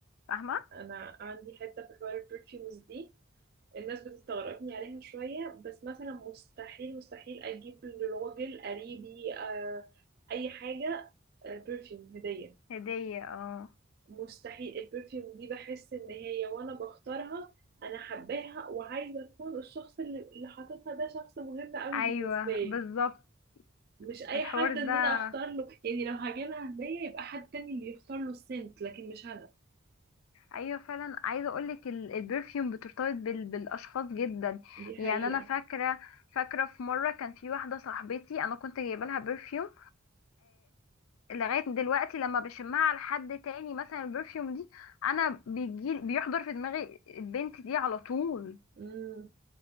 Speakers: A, on the left; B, on the right.
A: فاهمة
B: انا عندي حته في حوار البرفيومز دي الناس بتستغربني عليها شوية بس مثلا مستحيل مستحيل أجيب لراجل قريبي آه أي حاجة آه برفيوم هدية
A: هدية اه
B: مستحيل البرفيوم دي بحس إن هي وأنا بختارها أنا حباها وعايزة أكون الشخص اللي اللي حاططها ده شخص مهم أوي
A: ايوه
B: بالنسبة لي
A: بالظبط
B: مش أي
A: الحوار
B: حد
A: ده
B: إن أنا أختار له يعني لو هجيبها هدية يبقى حد تاني اللي يختار له السنت لكن مش أنا
A: ايوه فعلا عايزه اقولك ال- البرفيوم بترتبط بال... بالاشخاص جدا
B: دي حقيقة
A: يعني انا فاكره فاكره في مره كان في واحده صاحبتي انا كنت جايبه لها برفيوم لغاية دلوقتي لما بشمها على حد تاني مثلا البرفيوم دي انا بيجي بيحضر في دماغي البنت دي على طول
B: مم.